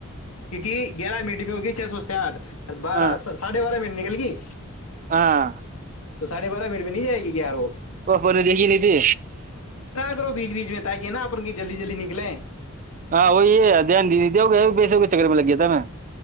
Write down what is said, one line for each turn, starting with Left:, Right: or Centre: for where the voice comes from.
Left: کیونکہ گیارہ منٹ میں ہوگی چھ سو سیاٹھ بارہ
Right: ہاں
Left: ساھ بارہ منے کل کی
Right: ہاں
Left: تو ساھے بارہ منٹ میں نہیں جائے گیار وہ
Right: وہ ب دیکھی نہیں تھی
Left: و بیچ بیچ میں ت کیا ہے نا اپن جلدی جلدی نکلیں
Right: ہاں وہی ہے دھیان د ہو گیا پیسوں کے میں لگ گیا تھا میں